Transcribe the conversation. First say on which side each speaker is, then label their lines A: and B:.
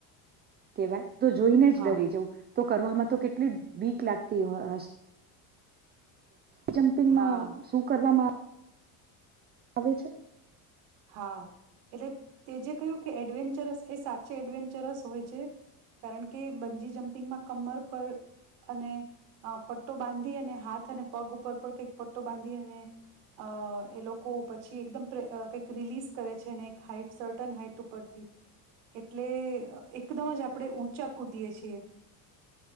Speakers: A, on the right; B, on the right.
A: કેહેવાય હું તો જોઈને
B: હા
A: જ ડરી જવ તો કરવામાં તો કેટલી બીક લાગતી હ હશે છે જમ્પિંગમાં
B: હા
A: શું કરવામાં આ આવે છે.
B: હા એટલે તે જે કહ્યું કે એડવેન્ચરસ એ સાચે એડવેન્ચરસ હોય છે, કારણ કે બંજી જમ્પિંગમાં કમર પર અને પટ્ટો બાંધી અને હાથ અને પગ ઉપર પણ કંઈક પટ્ટો બાંધી અને અ એ લોકો પછી એકદમ પ કઈક રિલેસ કરે છે અને એક હાઈટ સર્ટન હાઈટ ઉપથી એટલે એકદમ જ આપણે ઉચા કૂદીએ છે.